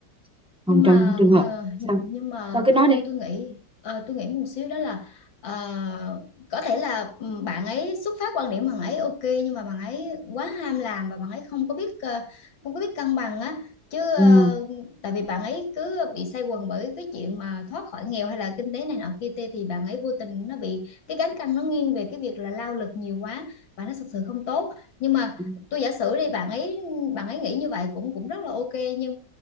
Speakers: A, in the centre; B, on the left.
A: còn
B: nhưng mà
A: trường trường hợp
B: ờ,
A: sao
B: nhưng mà
A: sao cứ
B: tôi
A: nói
B: tôi
A: đi
B: tôi nghĩ ờ, tôi nghĩ một xíu đó là ờ, có thể là ừ, bạn ấy xuất phát quan điểm bạn ấy ok nhưng mà bạn ấy quá ham làm và bạn ấy không có biết ờ, không có biết cân bằng á chứ
A: ừ.
B: ờ, tại vì bạn ấy cứ bị say quần bởi cái chuyện mà thoát khỏi nghèo hay là kinh tế này nọ kia tê thì bạn ấy vô tình nó bị cái cán cân nó nghiêng về cái việc là lao lực nhiều quá và nó thực sự không tốt nhưng mà
A: Ừ.
B: tôi giả sử đi bạn ấy bạn ấy nghĩ như vậy cũng cũng rất là ok nhưng